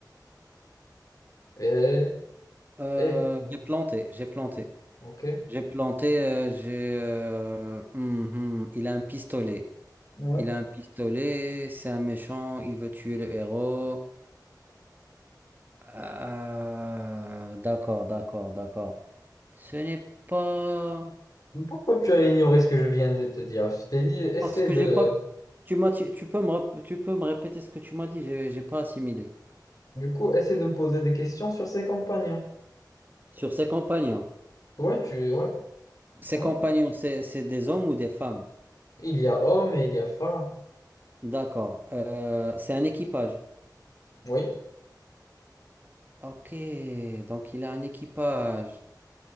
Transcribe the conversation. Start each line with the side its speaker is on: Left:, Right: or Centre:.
Left: et
Right: Euh,
Left: et
Right: j'ai planté, j'ai planté.
Left: ok.
Right: J'ai planté, euh, j'ai... euh, hum, hum, il a un pistolet.
Left: Ouais.
Right: Il a un pistolet, c'est un méchant, il veut tuer le héros. Ah, d'accord, d'accord, d'accord. Ce n'est pas...
Left: Pourquoi tu as ignoré ce que je viens de te dire? Je t'ai dit, essaie
Right: Parce que
Left: de.
Right: j'ai pas... Tu m'as... Tu tu peux me... rep- Tu peux me répéter ce que tu m'as dit, j'ai j'ai pas assimilé.
Left: Du coup, essaie de me poser des questions sur ses compagnons.
Right: Sur ses compagnons.
Left: Ouais, tu. Ouais,
Right: Ses
Left: ouais.
Right: compagnons, c'est c'est des hommes ou des femmes?
Left: Il y a homme et il y a femme.
Right: D'accord. Euh, c'est un équipage.
Left: Oui.
Right: Ok, donc il a un équipage.